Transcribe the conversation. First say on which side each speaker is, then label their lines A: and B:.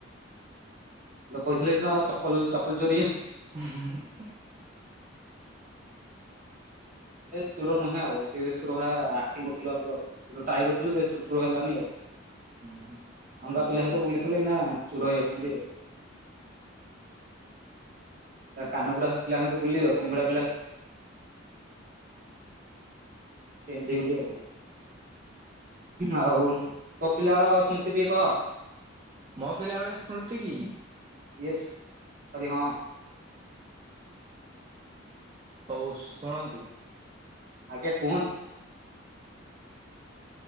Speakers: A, on the right (about 45°); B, on the right (about 25°).
A: <unintelligible> କହିଥିଲେ ହେ ଦିନ ଆଉ ଚପଲ୍ ଚପଲ୍ ଚୋରୀ
B: <unintelligible>
A: ଏ ଚୋର ନୁହେଁ ଆଉ। ସିଏ ବି ଚୋର ଭଳିଆ ଆକ୍ଟିଙ୍ଗି କରୁଥୁଲ ଆଗରୁ ଆଉ। ଯୁ ଟ୍ରାଏ କରୁଥିଲୁ ଯେ ଚୁ ଚୁ ହେଲାନି ଆଉ।
B: ହୁଁ ହୁଁ।
A: ଆମ ଗାଁ ପିଲା ସହିତ ବୁଲିଥିଲେ ଏଇନା ଚୁର ହେଇ ଯାଇଥାନ୍ତି ଆଉ। ତା କାନ ପୁରା ପିଲାଙ୍କ ସହିତ ତୁ ବୁଲିବୁ ତମ ଭଳିଆ ପିଲା ଏମଜି ବୁଲି ଆଉ। ଆଉ ତୋ ପିଲାବେଳେ ସ୍ମୃତି ଟିକେ କହ?
B: ମୋ ପିଲାବେଳେର ସ୍ମୃତି କି?
A: ୟେସ୍ ସରି ହଁ।
B: ହୋଉ ଶୁଣନ୍ତୁ?
A: ଆଜ୍ଞା କୁହନ୍ତୁ।